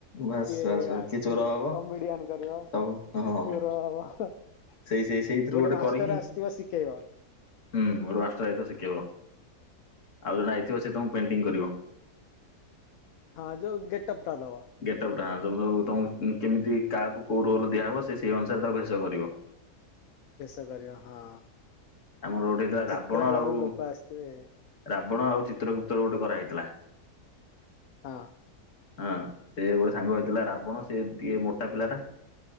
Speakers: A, on the left; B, on the left.
A: ବାସ୍
B: କିଏ
A: ବାସ୍ ବାସ୍
B: ଆକ୍ଟିଂ
A: କିଏ ଚୋର ହବ
B: କମେଡିଆନ୍ କରିବ କିଏ
A: ସବୁ ହଁ
B: ଚୋର ହବ।
A: ସେଇ ସେଇ ସେଇଥିରୁ
B: ଗୋଟେ ମାଷ୍ଟର୍
A: କରିକି
B: ଆସିଥିବ ଶିଖେଇବ।
A: ହୁଁ ଗୋଟେ ମାଷ୍ଟର୍ ଯାଇଥିବ ଶିଖେଇବ ଆଉ ଜଣେ ଯାଇଥିବ ସେ ତମକୁ ପେଣ୍ଟିଙ୍ଗ୍ କରିବ।
B: ହଁ ଯେଉ ଗେଟ୍ ଅପ୍ ଟା ଦବ।
A: ଗେଟପ୍ ଟା ହଁ ଯଉ ତୁମକୁ କେମିତି କାହାକୁ କଉ ରୋଲ୍ ଦିଆହେବ ସେ ସେହି ଅନୁସାରେ ତାକୁ ଭେଷ କରିବ।
B: ଭେଷ କରିବ ହଁ
A: ଆମର ଗୋଟେ ହେଇଥିଲା
B: ଚିତ୍ରାଳୟରୁ
A: ରାବଣ ଆଉ
B: ଲୋକ ଆସିଥିବେ।
A: ରାବଣ ଆଉ ଚିତ୍ରଗୁପ୍ତ ର ଗୋଟେ କରାହେଇଥିଲା।
B: ହଁ।
A: ହଁ ସେ ଗୋଟେ ସାଙ୍ଗ ହେଇଥିଲା ରାବଣ ସେ ଦିଏ ମୋଟା ପିଲା ଟା।